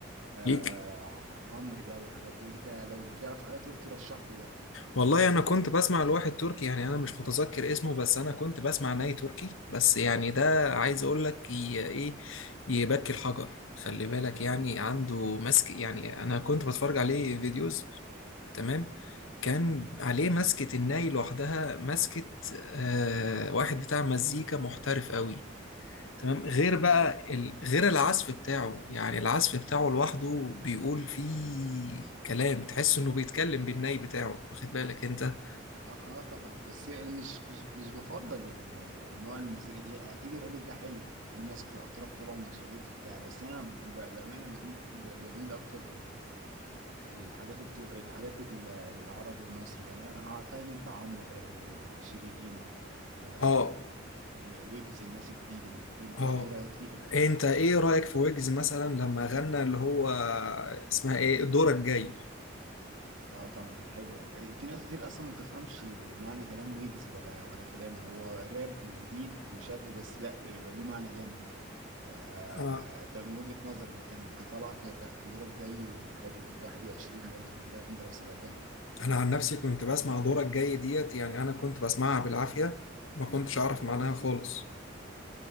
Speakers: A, on the right; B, on the left.
A: آه
B: ليك
A: عمرو بقى والحاجات دي انت لو بتعرف حاجه تركي رشح لي يعني
B: والله انا كنت بسمع لواحد تركي يعني انا مش متذكر اسمه بس انا كنت بسمع ناي تركي بس يعني ده عايز اقول لك ي- ايه يبكي الحجر خلي بالك يعني عنده مسك يعني انا كنت بتفرج عليه فيديوز تمام كان
A: مم.
B: عليه مسكة الناي لوحدها مسكة آه واحد بتاع مزيكا محترف قوي تمام غير بقى
A: اه
B: ال... غير العزف بتاعه يعني العزف بتاعه لوحده بيقول فيه كلام تحس انه بيتكلم بالناي بتاعه واخد بالك انت
A: اه آه طبعا بس يعني مش مش مش بفضل ال- نوع المزيكا دي اكيد الراجل ده حلو في ناس بتبقى اتراك طبعا مشاهير في بتاع بس انا ب- بامانه بريء ب- بميل اكتر للحاجات الت... الحاجات ال- العربي المصري يعني آه، ع- فاهم انت عمرو آه، شيرين آه،
B: اه
A: ويجز الناس الجديده دي انت
B: اه
A: ايه رايك فيهم؟
B: انت ايه رأيك في ويجز مثلا لما غنى اللي هو اسمها ايه دورك جاي
A: اه طبعا كانت حلوه في ناس كتير اصلا ما بتفهمش معنى كلام ويجز ولا ولا كلامه هو راب وجديد وشاب بس لا ده بيبقى ليه معنى جامد آه
B: انا
A: ده من وجهه نظري كان كطلع كان لا دورك جاي وحلو 21 برضه كانت جامده لو سمعتها
B: انا عن نفسي كنت بسمع دورك جاي ديت يعني انا كنت بسمعها بالعافية ما كنتش اعرف معناها خالص